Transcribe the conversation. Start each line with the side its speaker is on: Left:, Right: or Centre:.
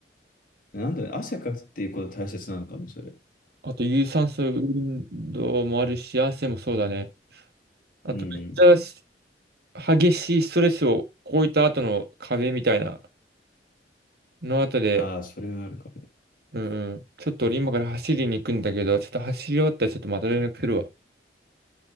Left: うん。なんだ汗かくっていうこと大切なのかな、それ。
Right: あと、有酸素運動もあるし、汗もそうだね。あと、
Left: うん。
Right: めっちゃし激しいストレスをこういった後の壁みたいなの後で、
Left: ああ、それはあるかも。
Right: うんうん、ちょっと俺今から走りに行くんだけど、ちょっと走り終わったらちょっとまた連絡するわ。